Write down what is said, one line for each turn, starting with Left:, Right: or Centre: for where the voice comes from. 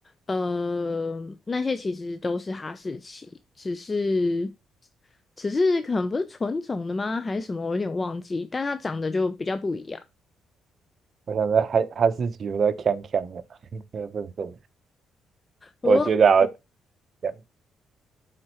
Left: 呃，那些其实都是哈士奇，只是只是可能不是纯种的吗？还是什么？我有点忘记，但它长得就比较不一样。
Right: 我想说哈哈士奇有点呛呛的，<laughs> 有点笨笨的。
Left: 我
Right: 我觉得啊，这样